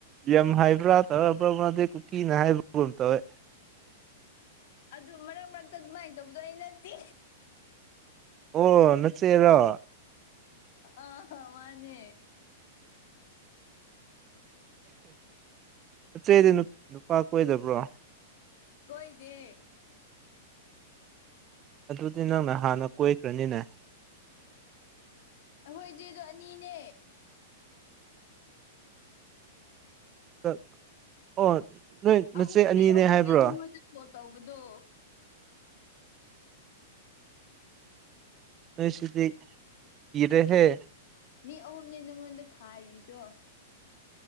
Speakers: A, on the right; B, on the left.
A: ꯌꯥꯝ ꯍꯥꯏꯕ꯭ꯔꯥ ꯇꯧꯔ <unintelligible> ꯀꯨꯀꯤꯅ ꯍꯥꯏꯕꯒꯨꯝ ꯇꯧꯋꯦ
B: ꯑꯗꯨ ꯃꯔꯛ ꯃꯔꯛꯇ ꯑꯗꯨꯃꯥꯏꯟ ꯇꯧꯕꯗꯣ ꯑꯩ ꯅꯠꯇꯦ
A: ꯑꯣ ꯅꯆꯦꯔꯣ
B: ꯑꯥ ꯃꯥꯅꯦ
A: ꯅꯆꯦꯗꯤ ꯅꯨꯞ ꯅꯨꯄꯥ ꯀꯣꯏꯗꯕ꯭ꯔꯣ
B: ꯀꯣꯏꯗꯦ
A: ꯑꯗꯨꯗꯤ ꯅꯪꯅ ꯍꯥꯟꯅ ꯀꯣꯏꯈ꯭ꯔꯅꯤꯅꯦ
B: ꯑꯩꯈꯣꯏ ꯆꯦꯗꯣ ꯑꯅꯤꯅꯦ
A: <unintelligible>
B: ꯑꯥ
A: ꯅꯆꯦ
B: ꯑꯍꯨꯝ
A: ꯑꯅꯤꯅꯦ
B: ꯃꯤ ꯑꯍꯨꯝꯁꯦ
A: ꯍꯥꯏꯕ꯭ꯔꯣ
B: ꯅꯉꯣꯟꯗ ꯀꯣꯜ ꯇꯧꯕꯗꯣ
A: ꯅꯣꯏꯁꯤꯗꯤ ꯀꯤꯔꯦꯍꯦ
B: ꯃꯤ ꯑꯍꯨꯝꯅꯤ ꯅꯪꯉꯣꯟꯗ ꯈꯥꯏꯔꯤꯗꯣ